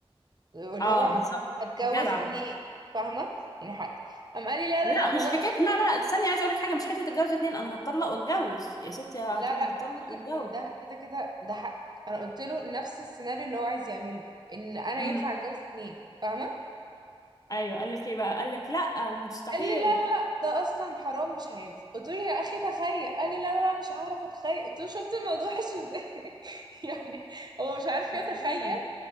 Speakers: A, on the right (about 45°); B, on the left (about 35°).
A: واللي
B: اه
A: هو ه-
B: بالظبط
A: هتجوز
B: جدع
A: اتنين فاهمه يعني حق قام قال لي لا
B: لا
A: لا لا ما
B: مش
A: ده
B: حكايه
A: اصلا
B: لا لا لا، استني عايزه اقول لك حاجه مش حته اتجوز اتنين انا هتطلق واتجوز يا ستي هتقولي
A: لا لا
B: هتطلق
A: فكك
B: واتجوز
A: من ده كده كده ده حق انا قلت له نفس السيناريو اللي هو عايز يعمله ان انا
B: امم
A: ينفع اتجوز اتنين فاهمه
B: ايوه قال لك ايه بقى قال لك لا مستحيل
A: قال لي لا لا لا ده اصلا حرام مش هينفع قلت له يا اخي تخيل قال لي لا لا لا مش هعرف اتخيل قلت له شفت الموضوع وحش ازاي <laughs> يعني هو مش عارف
B: بس
A: يتخيل
B: فعلا